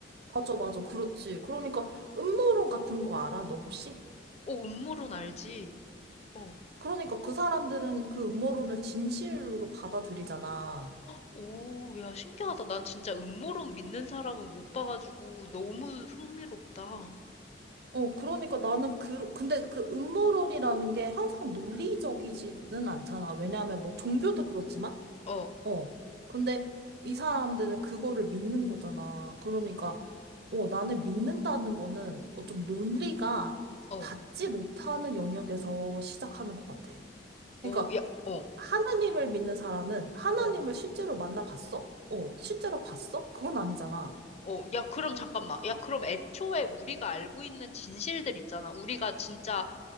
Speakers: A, on the right; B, on the left.
A: 맞아, 맞아, 그렇지. 그러니까, 음모론 같은 거 알아, 너 혹시?
B: 오, 음모론 알지? 어.
A: 그러니까 그 사람들은 그 음모론을 진실로 받아들이잖아.
B: 오, 야, 신기하다. 난 진짜 음모론 믿는 사람은 못 봐가지고 너무 흥미롭다.
A: 어, 그러니까 나는 그, 근데 그 음모론이라는 게 항상 논리적이지는 않잖아. 왜냐하면 뭐 종교도 그렇지만,
B: 어,
A: 어. 근데 이 사람들은 그거를 믿는 거잖아. 그러니까, 어, 나는 믿는다는 거는 어, 좀 논리가
B: 어,
A: 닿지 못하는 영역에서 시작하는 것 같아.
B: 어,
A: 그러니까
B: 야, 어,
A: 하나님을 믿는 사람은 하나님을
B: 어,
A: 실제로 만나봤어? 어, 실제로 봤어? 그건 아니잖아.
B: 어, 야, 그럼 잠깐만. 야, 그럼 애초에 우리가 알고 있는 진실들 있잖아. 우리가 진짜,